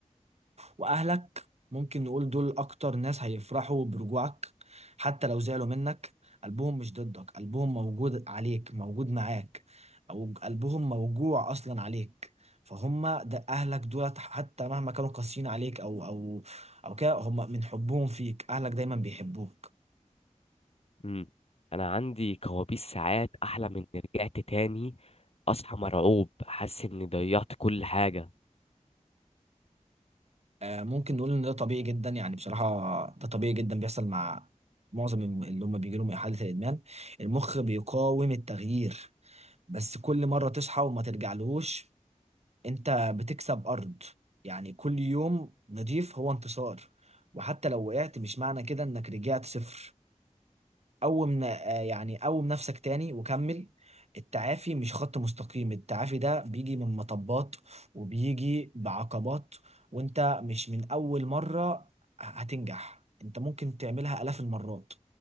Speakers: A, on the right (about 55°); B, on the left (about 50°).
A: واهلك ممكن نقول دول اكتر ناس هيفرحوا برجوعك حتى لو زعلوا منك قلبهم مش ضدك قلبهم موجود عليك موجود معاك او قلبهم موجوع اصلا عليك فهم ده اهلك دولت حتى مهما كانوا قاسيين عليك او او او كده هم من حبهم فيك اهلك دايما بيحبوك
B: مم. انا عندي كوابيس ساعات احلم اني رجعت تاني اصحى مرعوب حاسس اني ضيعت كل حاجه
A: آه، ممكن نقول ان ده طبيعي جدا يعني بصراحة ده طبيعي جدا بيحصل مع معظم الم- اللي هم بيجي لهم إحالة الإدمان المخ بيقاوم التغيير بس كل مرة تصحى وما ترجعلهوش انت بتكسب أرض يعني كل يوم نضيف هو انتصار وحتى لو وقعت مش معنى كده انك رجعت صفر قوم ن- آه، يعني قوم نفسك تاني وكمل التعافي مش خط مستقيم التعافي ده بيجي من مطبات وبيجي بعقبات وانت مش من أول مرة هتنجح انت ممكن تعملها آلاف المرات